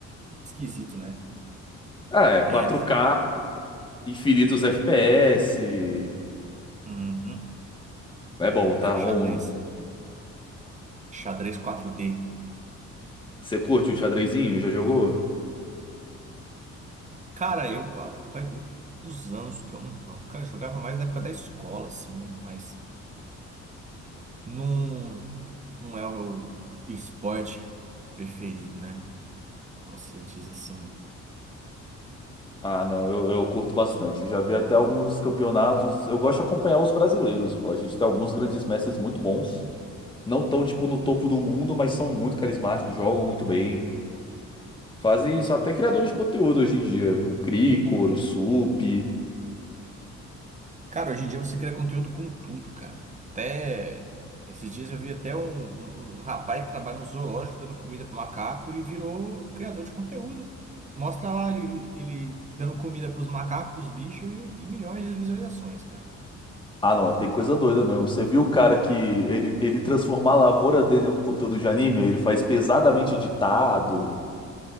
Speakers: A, on the right (about 25°); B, on the left (about 15°).
A: esquisito, né?
B: Ah, é
A: Tem
B: quatro
A: essa.
B: k infinitos FPS.
A: Uhum.
B: É bom, tá?
A: É,
B: Um,
A: xadrez, xadrez quatro d
B: Você curte o xadrezinho? Já jogou?
A: Cara, eu ah, faz muitos anos que eu não jogo. Cara, eu jogava mais na época da escola, assim, mas não, não é o meu esporte preferido, né? Como se diz assim.
B: Ah, não, eu, eu curto bastante. Já vi até alguns campeonatos. Eu gosto de acompanhar os brasileiros, pô. A gente tem alguns grandes mestres muito bons. Não tão, tipo, no topo do mundo, mas são muito carismáticos, jogam muito bem. Fazem isso até criadores de conteúdo hoje em dia. O Cricor, o Sup.
A: Cara, hoje em dia você cria conteúdo com tudo, cara. Até esses dias eu vi até um, um, um rapaz que trabalha no zoológico dando comida para macaco e virou criador de conteúdo. Mostra lá ele, ele dando comida para os macacos, os bichos e, e milhões de visualizações, cara.
B: Ah, não, mas tem coisa doida mesmo. Você viu o cara que ele, ele transformar a lavoura dele num conteúdo de anime? Ele faz pesadamente editado.